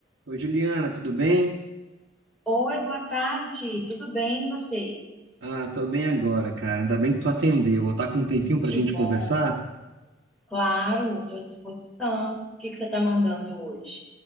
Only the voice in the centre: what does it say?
Oi, boa tarde. Tudo bem e você?
Que
bom.
Claro, estou à disposição. O que que você está mandando hoje?